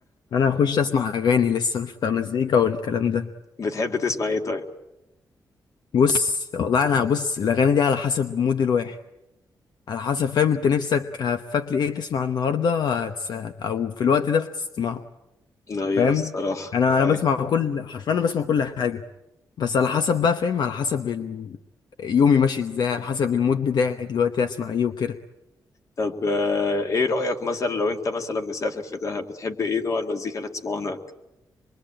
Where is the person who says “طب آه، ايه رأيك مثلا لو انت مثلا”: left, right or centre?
Left